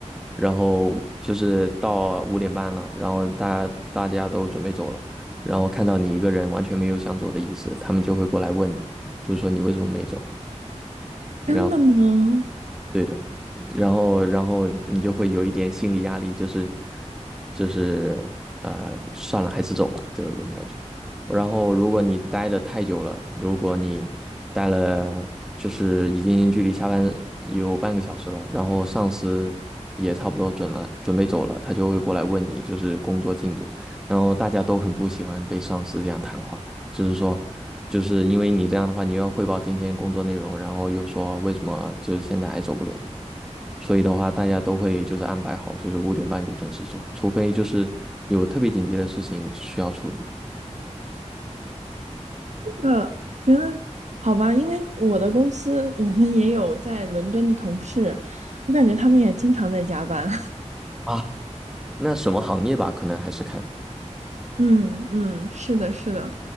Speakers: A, in the centre; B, on the right (about 70°).
A: 然后就是到五点半了，然后大家大家都准备走了，然后看到你一个人完全没有想走的意思，他们就会过来问你。就是说你为什么没走？然后
B: 真的吗？
A: 对的，然后然后你就会有一点心理压力，就是就是呃，算了，还是走吧，就这种感觉。然后如果你待的太久了，如果你待了就是已经距离下班有半个小时了，然后上司也差不多准了，准备走了，他就会过来问你就是工作进度，然后大家都很不喜欢被上司这样谈话。就是说，就是因为你这样的话，你又要汇报今天工作内容，然后又说为什么就是现在还走不了，所以的话，大家都会就是安排好，就是五点半就准时走，除非就是有特别紧急的事情需要处理。
B: 呃，原来好吧，因为我的公司我们也有在伦敦的同事，我感觉他们也经常在加班。
A: 啊，那什么行业吧，可能还是看，
B: 嗯嗯，是的，是的，